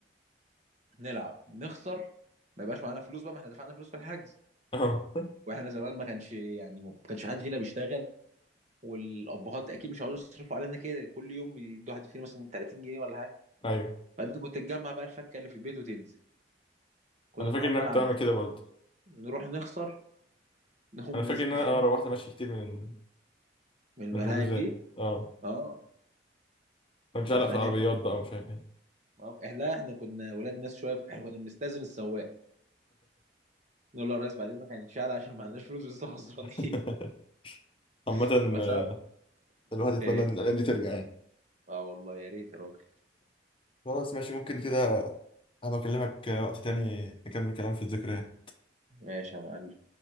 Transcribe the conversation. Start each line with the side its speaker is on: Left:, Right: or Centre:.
Right: نلعب نخسر ما يبقاش معانا فلوس بقى ما احنا دفعنا فلوس في الحجز
Left: <laughs> أه
Right: واحنا زمان ما كانش يعني ما كانش حد فينا بيشتغل والابهات اكيد مش عاوزين يصرفوا علينا كده كل يوم يدوا حد فينا مثلا 30 جنيه ولا حاجه
Left: أيوه
Right: فانت كنت تجمع بقى الفكه اللي في البيت وتنزل كنا
Left: أنا فاكر
Right: نروح
Left: إن
Right: الملعب
Left: أنا كنت بعمل
Right: مثلا
Left: كده برضه
Right: نروح نخسر نقوم
Left: أنا فاكر
Right: نز-
Left: إن
Right: <laughs>
Left: أنا أه روحت ماشي كتير من
Right: من الملاعب
Left: من حجوزات
Right: دي
Left: أه
Right: اه
Left: كنت شعلق
Right: اصل
Left: في
Right: هنعمل
Left: العربيات
Right: ايه
Left: بقى ومش عارف إيه
Right: ما هو- احنا لا احنا كنا ولاد ناس شويه احنا كنا بنستاذن السواق نقول له يا ريس بعد اذنك هنتشال عشان ما عندناش فلوس لسه خسرانين
Left: <laughs> عامة
Right: <laughs> بس
Left: آه،
Right: أنا-
Left: الواحد يتمنى
Right: ايه
Left: إن الأيام دي ترجع يعني
Right: اه والله يا ريت يا راجل
Left: خلاص ماشي ممكن كده هبقى أكلمك وقت تاني نكمل كلام في الذكريات
Right: ماشي يا معلم